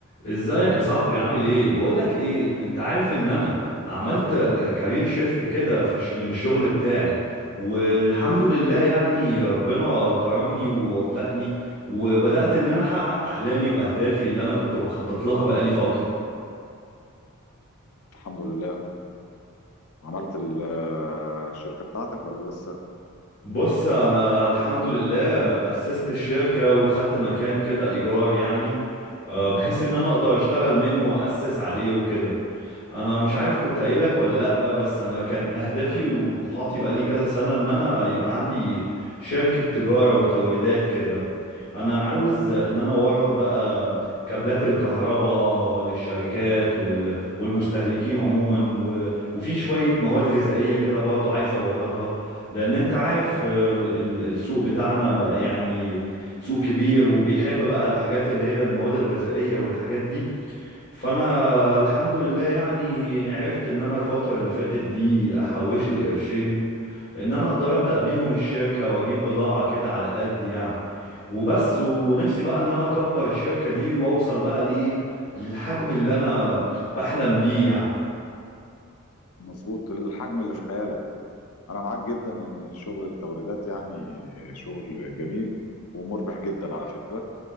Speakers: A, on the left; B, on the left.
A: ازيك يا صاحبي عامل ايه بقولك ايه انت عارف ان انا عملت كارير شيفت كده في الش- من الشغل بتاعي والحمد لله يعني ربنا كرمني ووفقني وبدأت ان انا احقق احلامي واهدافي اللي انا كنت بخطط لها بقالي فترة
B: الحمد لله عملت ال- الشركة بتاعتك ولا لسه
A: بص انا الحمد لله اسست الشركة وخدت مكان كده ايجار يعني آه، بحيث ان انا اقدر اشتغل منه واسس عليه وكده انا مش عارف كنت قايل لك ولا لا بس انا كان اهدافي وطموحاتي بقالي كذا سنة ان انا يبقى عندي شركة تجارة وتوريدات كده انا عاوز ان انا اورد بقى كابلات الكهرباء للشركات وال... والمستهلكين عموما و... وفي شوية مواد غذائية كده برضو عايز اوردها لان انت عارف ال... ال... السوق بتاعنا يعني سوق كبير وبيحب بقى الحاجات اللي هي المواد الغذائية والحاجات دي فانا الحمد لله يعني عرفت ان انا الفترة اللي فاتت دي احوش لي قرشين ان انا اقدر ابدأ بيهم الشركة واجيب بضاعة كده على قد يعني وبس ونفسي بقى ان انا اكبر الشركة دي واوصل بقى لايه للحجم اللي انا بحلم بيه يعني
B: مظبوط الحجم اللي في خيالك انا معاك جدا ان شغل التوريدات يعني شغل جميل ومربح جدا على فكرة